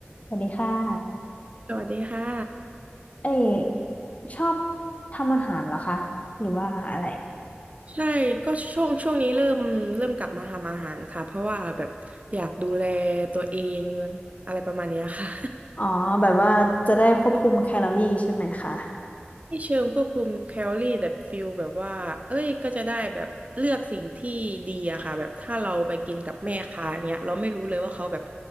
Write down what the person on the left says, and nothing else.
สวัสดีค่ะ
เอ้ยชอบทำอาหารเหรอคะ หรือว่าอะไร
อ๋อ แบบว่าจะได้ควบคุมแคลอรี่ใช่ไหมคะ